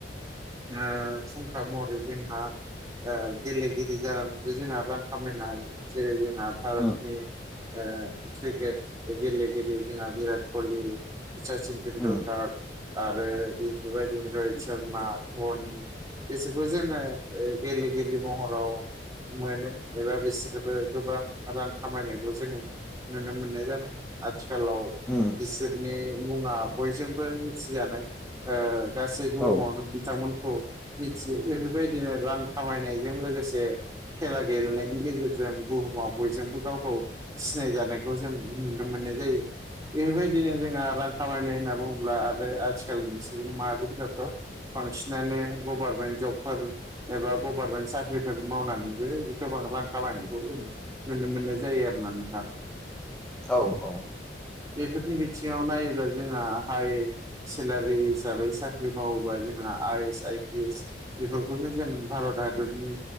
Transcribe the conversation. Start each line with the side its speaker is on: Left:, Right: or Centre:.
Right: ओ फुंखा महरै जोंहा ओ गेलेगिरि जानानैबो जोंहा रां खामायनो हायो। जेरै- जोंहा भारतनि
Centre: उम
Right: ओ क्रिकेट गेलेगिरि जोंहा बिराट कहलि, सचिन तटेन्डुलकार
Centre: उम
Right: आरो बेफोरबायदिनो रहित शर्मा, धनि बिसोरबो जोङो ओ गेलेगिरिे महराव मोनो एबा बिसोरबो गोबां रां खामायनायखौ जोङो नुनो मोननाय जादों। आथिखालाव
Centre: उम
Right: बिसोरनि मुङा बजोंबो मिथि जानाय ओ गा सै बुहुमावनो
Centre: औ
Right: बिथांमोनखौ मिथियो । बेफोरबायदिनो रां खामायनायजों लोगोसे खेला गेलेनायनि गेजेरजों बुहुमाव बयजोंबो गाव गाव सिनाय जानायखौ जों नुनो मोननाय जायो। बेबायदिनो जोंहा रां खामायनाय होनना बुङोब्ला आरो आथिखालनि सुबुं माहारिफोर बांसिनानो गभारनमेन्ट जबफोर एबा गभारनमेन्ट साख्रिफोर मावनानैबो गोबां रां खामायनायखौ जों नुनो मोननाय जायो आरोना नोंथां
Centre: औ औ
Right: बेफोरनि बिथिङाव नायोब्ला जोंहा हाइ सेलारि हिसाबै साख्रि साख्रि मावोबा जोंहा I S I P S बेफोरखौनो जों भारत हादरनि